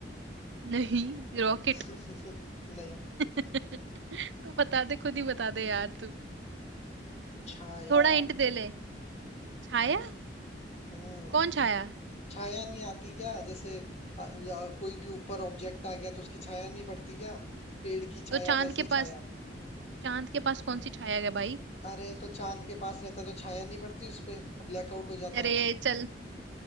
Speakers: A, on the right (about 80°); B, on the left (about 40°).
A: नहीं रॉकेट
B: <laughs> नहीं
A: <laughs> तू बता दे खुद ही बता दे यार तू
B: छाया
A: थोड़ा हिंट दे ले छाया
B: हम्म
A: कौन छाया
B: छाया नहीं आती क्या जैसे अ, अ, कोई भी ऊपर ऑब्जेक्ट आ गया तो उसकी छाया नहीं पड़ती क्या पेड़ की
A: तो
B: छाया
A: चांद
B: वैसे
A: के
B: छाया
A: पास चांद के पास कौन सी छाया है भाई
B: अरे तो चांद के पास रहता तो छाया नहीं पड़ती उस पे ब्लैकआउट हो जाता
A: अरे
B: है
A: चल